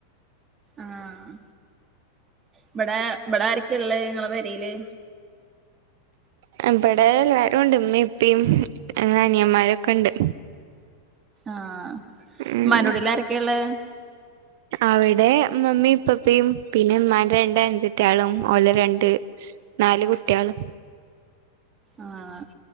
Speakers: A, on the right (about 20°); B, on the right (about 50°).
A: ആഹ് ഇവിടെ ഇവിടെ ആരക്കെള്ളെ ഇങ്ങളെ പെരീല്
B: ആ ഇവിടെ എല്ലാരുണ്ട് ഇമ്മീം ഇപ്പി ആഅനിയന്മാരൊക്കെ ഉണ്ട്
A: ആഹ
B: ഉം
A: മ്മന്റെകുടീല് ആരൊക്കെയ ഉള്ളെ
B: അവിടെ മമ്മി ഇപ്പപ്പി പിന്നെ ഇമ്മാന്റെ രണ്ട് അൻഞ്ചതിയാളും ഒലെ രണ്ട് നാല് കുട്ടിയാളും
A: ആഹ